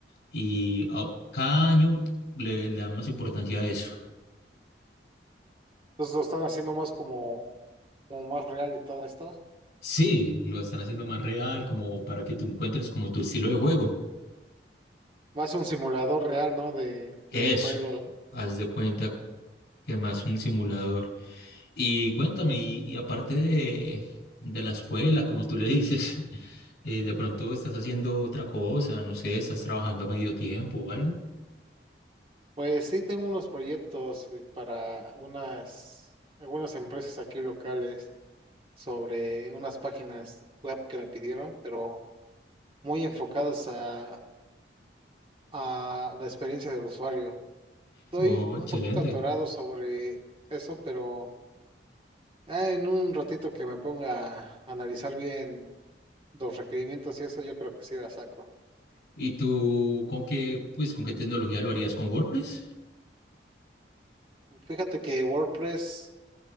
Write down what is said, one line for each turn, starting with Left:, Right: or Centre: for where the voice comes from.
Left: y a- cada año le, le dan más importancia a eso.
Right: Entonces lo están haciendo más como, como más real y todo esto.
Left: Sí, lo están haciendo más real como para que tú encuentres como tu estilo de juego.
Right: Más un simulador real, ¿no? De,
Left: Eso,
Right: de un juego.
Left: haz de cuenta que más un simulador. Y cuéntame, y, y aparte de, de la escuela, como tú le dices. eh, de pronto estás haciendo otra cosa, no sé, estás trabajando a medio tiempo o algo.
Right: Pues sí tengo unos proyectos eh, para unas, algunas empresas aquí locales sobre unas páginas web que me pidieron, pero muy enfocadas a, a la experiencia del usuario. Estoy
Left: Oh, excelente.
Right: un poquito atorado sobre eso, pero ah, en un ratito que me ponga a analizar bien los requerimientos y eso, yo creo que sí la saco.
Left: ¿Y tú con qué, pues, con qué tecnología lo harías? ¿Con WordPress?
Right: Fíjate que WordPress